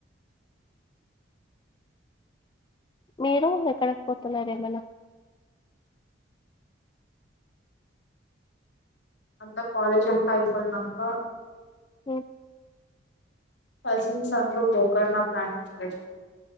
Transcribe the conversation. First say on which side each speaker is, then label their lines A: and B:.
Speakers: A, on the left; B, on the left.
A: మీరు ఎక్కడికి పోతున్నరు ఏమన్నా
B: అంతా కాలేజ్ అంతా అయిపోయినంక
A: హ్మ్.
B: కజిన్స్ అందరూ గోకర్ నా ప్లాట్ ప్రేస్